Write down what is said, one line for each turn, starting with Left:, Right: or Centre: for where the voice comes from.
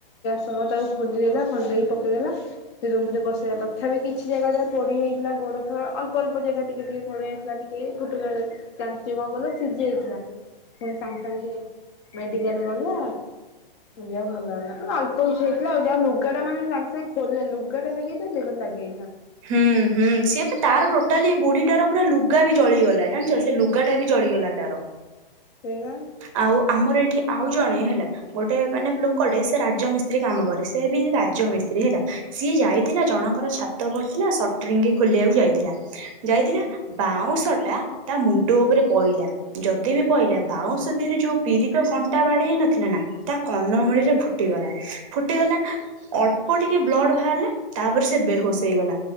Left: ସହ ତାକୁ ଖୋଲିଦେଲା ଖଲକି ପକେଇଦେଲା ସେ ରୁମରେ ପଶେଇଲା ତଥାପି କିଛି ଜାଗା ପୋଡ଼ିହେଇଥିଲା ଗୋଡ଼ ଫୋଡ ଅଳ୍ପ ଅଳ୍ ଜାଗା ଟିକେ ପଡି ଯାଇଥିଲା ଟିକେ ଫୁଟ କାଞ୍ଚ କଣ କଲେ ସିଝି ଯାଇଥିଲା। ପୁଣି ସାଙ୍ଗେ ସାଙ୍ଗେ ମେଡିକାଲ ଗଲା। ଯା ଭଲ ହେଲା ଅଳ୍ପ କିଛି ହେଇଥିଲା ଆଉ ଯାହା ଲୁଗାଟା ମାନେ ସାଙ୍ଗେ ସାଙ୍ଗେ ଖୋଲିଲେ ଲୁଗାଟା ଲାଗି ଦେହରେ ଲାଗେ
Right: ହୁଁ ହୁଁ ସିଏ ତାର ଟୋଟାଲି ବୁଢୀ ତାର ପୁରା ଲୁଗା ବି ଜଳିଗଲା ଜାଣିଛ ସେ ଲୁଗା ଟଟା ବି ଜଳିଗଲା ତାର।
Left: ସେଇଆ
Right: ଆଉ ଆମର ଏଠି ଆଉ ଜଣେ ହେଲା ଗୋଟେ ମାନେ ଲୋକଟେ ସେ ରାଜମିସ୍ତ୍ରୀ କାମ କରେ ସେ ବି ରାଜମିସ୍ତ୍ରୀ ବିହିଲା ସିଏ ଯାଇଥିଲା ଜଣଙ୍କର ଛା ତ ପଡିଥିଲା ସଟ୍ରିଙ୍ଗ ଖୋଲିବାକୁ ଯାଇଥିଲା। ଯାଇଥିଲା
Left: ହୁଁ
Right: ବାଉଁସ ଲା ତା ମୁଣ୍ଡ ଉପରେ ପଇଲା ଯଦି ବି ପଇଲା ବାଉଁଶ ଦିହରେ ଯୋଉ ପିରିକ କଣ୍ଟା ବାଢେହେ ନଥିଲା ନା ତା କନମୂଳିରେ
Left: ହୁଁ
Right: ଫୁଟିଗଲା। ଫୁଟିଗଲା ଅଳ୍ପ ଟିକେ ବ୍ଲଡ ବାହାରିଲା ତାପରେ ସେ ବେହୋସ ହେଇଗଲା